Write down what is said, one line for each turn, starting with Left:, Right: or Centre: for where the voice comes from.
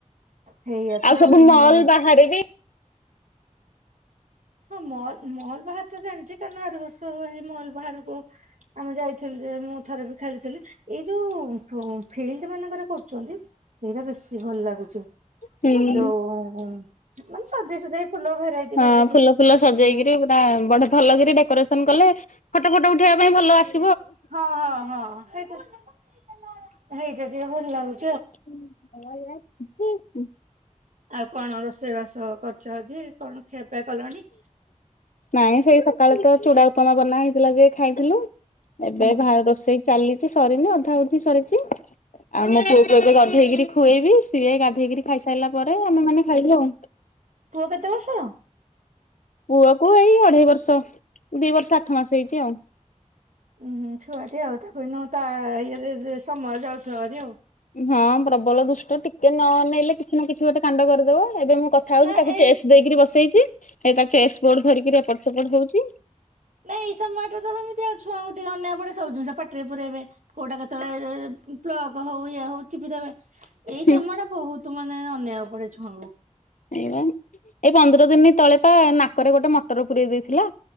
Right: ହେଇଆ ତ
Left: ଆଉ ସବୁ ମଲ୍
Right: ମୁଁ
Left: ବାହାରେ ବି
Right: ହଁ ମଲ୍ ମଲ୍ ବାହାରେ ତ ଜାଣିଛି କାରଣ ଆର ବର୍ଷ ମଲ୍ ବାହାରକୁ ଆମେ ଯାଇ ଥିଲୁ ଯେ ମୁଁ ଥରେ ବି ଖେଳିଥିଲି ଏଇ ଯୋଉ ଫିଲ୍ଡ ମାନଙ୍କରେ କରୁଛନ୍ତି ସେଇଟା ବେ ବେଶୀ ଭଲ ଲାଗୁଛି।
Left: ହୁଁ।
Right: ରୋହୋ ମାନେ ସଜେଇ ସୁଜାକି ଫୁଲ ଭେରାଇଟି
Left: ହଁ
Right: ଭେରାଇଟି
Left: ଫୁଲ ଫୁଲ ସଜେଇକରି
Right: ଯା
Left: ପୁରା ବଡ଼ ଭଲ କରି ଡେକୋରେସନ କଲେ ଫଟୋ ଫଟୋ ଉଠେଇବା ପାଇଁ ଭଲ ଆସି
Right: ହଁ ହଁ ହଁ <unintelligible> ଯେଇ ଟା ଯେ ଭଲ ଲାଗୁ
Left: <unintelligible> <unintelligible>
Right: ଆଉ କଣ ରୋଷେଇ ବାସ କରୁଛ ଆଜି? କଣ ଖିଆ ପିଆ କଲଣି?
Left: ନାଇଁ ସେଇ ସକାଳ ତ ଚୁଡା ଉପମା ବନା ହେଇଥିଲା ଯେ ଖାଇଥିଲୁ ଏବେ
Right: ହୁଁ
Left: ଭାରେ ରୋଷେଇ ଚାଲି ସରିନି ଅଧା ଅଧି ସରିଛି ଆଉ ମୋ ପୁଅକୁୁ ଏବେ ଗାଧେଇକିରି ଖୁଏଇବି ସିଏ ଗାଧେଇକରି ଖାଇସାରିଲା ପରେ ଆମେ ମାନେ ଖାଇବୁ ଆଉ।
Right: ପୁଅ କେତେ ବର୍ଷର?
Left: ପୁଅ କୁ ଏଇ ଅଢେଇ ବର୍ଷ। ଦି ବର୍ଷ ଆଠମାସ ହେଇଛି ଆଉ
Right: ଉୁଁ <unintelligible> ତା ଇଏରେ ଯେ ସମୟ ଯାଉ ଚରେ ଆଉ
Left: ହଁ ପ୍ରବଳ ଦୁଷ୍ଟ ଟିକେ ନ ଅନେଇଲେ କିଛି ନା କିଛି ଗୋଟେ କାଣ୍ଡ କରିଦବ ଏବେ ମୁଁ କଥା ହଉଛି
Right: ନା
Left: ତାକୁ
Right: ଏଇ
Left: ଚେସ୍ ଦେଇକିରି ବସେଇଛି ହେ ତା ଚେସ୍ ବୋର୍ଡ ଧରିକି ଏପଟ ସେପଟ ହଉଛି।
Right: ନାଇଁ ଏଇ ସମୟଟା ତ ସେମିତି ଆଉ ଛୁଆଙ୍କୁ ଟିକେ ଅନ୍ୟ ପଡେ ସବୁ ଜିନିଷଟା ପାଟିରେ ପୁରେଇବେ କୋଉଟା କେତେବେଳେ ପ୍ଲକ ହଉ ଇଏ ହଉ ଚିପି ଦେବେ। ଏଇ
Left: ହୁଁ
Right: ସମୟ ଟା ବହୁତ ତୁ ମାନେ ଅନ୍ୟାୟ ଉପରେ ଛୁଆଁଙ୍କୁ
Left: ଏଇବା ଏଇ ପନ୍ଦର ଦିନ ତଳେପା ନାକରେ ଗୋଟେ ମଟର ପୁରେଇ ଦେଇଥିଲା।